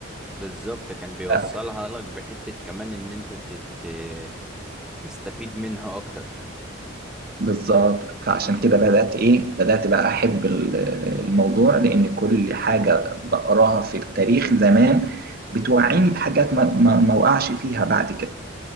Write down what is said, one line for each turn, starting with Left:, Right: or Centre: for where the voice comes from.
Centre: بالظبط كان بيوصلها
Right: ف-
Centre: لك بحتة كمان إن أنت تت... تستفيد منها أكتر
Right: بالظبط فعشان
Centre: امم
Right: كده بدأت إيه بدأت بقى أحب ال- الموضوع لأن كل حاجة بقراها في التاريخ زمان بتوعيني بحاجات ما ما ما وقعش فيها بعد كده